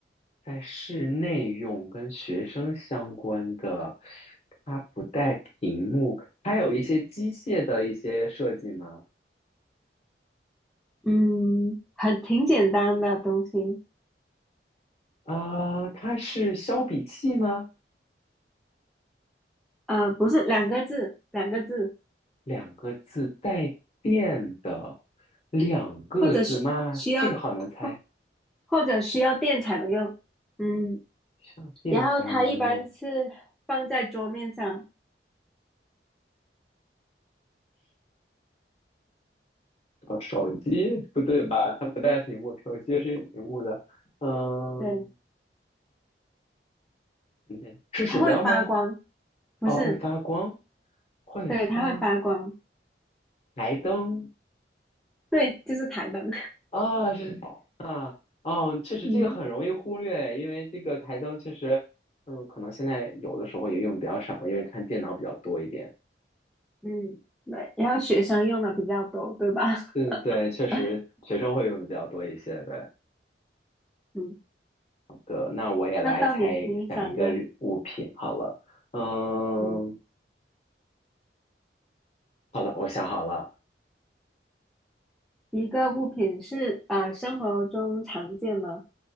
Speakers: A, on the left; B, in the centre.
A: 在室内用，跟学生相关的，它不带屏幕，它有一些机械的一些设计吗？
B: 嗯，很挺简单的东西，
A: 啊、它是削笔器吗？
B: 呃，不是两个字，两个字，
A: 两个字带电的，两个字吗？
B: 或者是需要，
A: 这个好难猜，
B: 或或者需要电才能用。嗯，
A: 上电才能用。
B: 然后它一般是放在桌面上，
A: 呃，手机不对吧？它不带屏幕，手机是有屏幕的。嗯，
B: 对，
A: 等等是鼠标吗？
B: 它会发光，不是，
A: 哦，会发光，会发
B: 对，它会发光，
A: 台灯
B: 对，就是台灯。
A: 啊，是啊，哦，确实这个很容易忽略，
B: 嗯
A: 因为这个台灯确实，嗯，可能现在有的时候也用的比较少吧，因为看电脑比较多一点。
B: 嗯，对，然后学生用的比较多，对吧？
A: 对对对，确实学生会用的比较多一些。
B: <laughs>
A: 对
B: 嗯，
A: 对，那我也来猜想一个日物品好了。
B: 那到你，你想一个，
A: 嗯，
B: 嗯，
A: 好了，我想好了。
B: 一个物品是啊，生活中常见吗？